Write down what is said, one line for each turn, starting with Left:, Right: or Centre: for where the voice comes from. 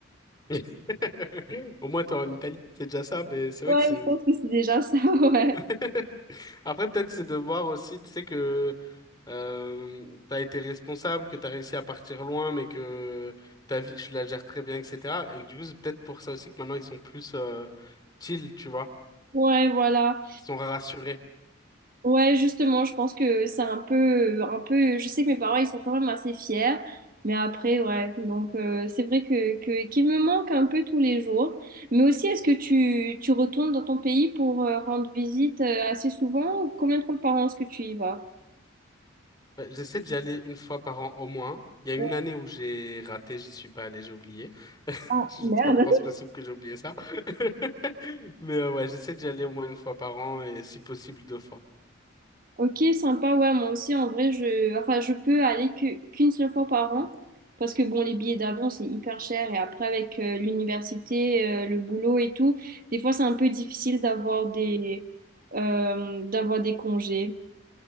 Left: <laughs> Au moins, t'es en Italie. C'est déjà ça, mais c'est vrai
Right: Ouais,
Left: que c'est...
Right: je pense que c'est déjà ça, <laughs> ouais.
Left: <laughs> Après, peut-être c'est de voir aussi, tu sais, que euh, t'as été responsable, que t'as réussi à partir loin, mais que ta vie, tu la gères très bien, etc. Et que du coup, c'est peut-être pour ça aussi que maintenant, ils sont plus euh, chill, tu vois.
Right: Ouais, voilà.
Left: Ils sont rassurés.
Right: Ouais, justement, je pense que c'est un peu, un peu, je sais que mes parents, ils sont quand même assez fiers, mais après, ouais. Donc, euh, c'est vrai que, que, qu'il me manque un peu tous les jours. Mais aussi, est-ce que tu, tu retournes dans ton pays pour euh, rendre visite euh, assez souvent ou combien de fois par an est-ce que tu y vas?
Left: Ouais, J'essaie d'y aller une fois par an au moins. Il y a une
Right: Ouais.
Left: année où j'ai raté, j'y suis pas allé, j'ai oublié. <laughs>
Right: Ah,
Left: Je
Right: merde.
Left: sais pas comment c'est possible que j'ai oublié ça. <laughs> Mais euh, ouais, j'essaie d'y aller au moins une fois par an et si possible deux fois.
Right: Ok, sympa, ouais, moi aussi, en vrai, je, enfin, je peux aller que- qu'une seule fois par an, parce que, bon, les billets d'avion, c'est hyper cher, et après, avec euh, l'université, euh, le boulot et tout, des fois, c'est un peu difficile d'avoir des, euh, d'avoir des congés.